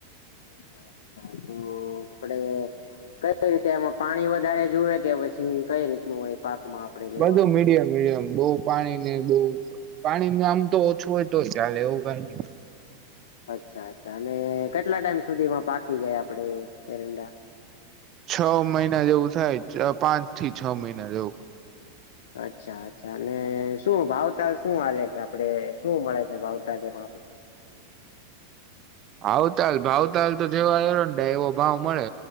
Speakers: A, on the left; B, on the right.
A: અચ્છા અચ્છા તો આપડે કઈ રીતે એમાં પાણી વધારે જુવે કે પછી કઈ રીતનું હોય પાકમાં આપડે લેવાનો
B: બધું મીડિયમ મીડિયમ બઉ પાણી ને બઉ પાણી નું આમ તો ઓછું હોય તો ચાલે એવું કઈ નહી.
A: અચ્છા અચ્છા અને કેટલા ટાઈમ સુધીમાં પાકી જાય આપડે એરંડા
B: છ મહિના જેવું થાય પાંચ થી છ મહિના એવું
A: અચ્છા અચ્છા અને શું ભાવતાલ શું હાલે છે આપડે શું મળે છે ભાવતાલ એમાં આપડે
B: ભાવતાલ ભાવતાલ તો જેવા એરડા એવો ભાવ મળે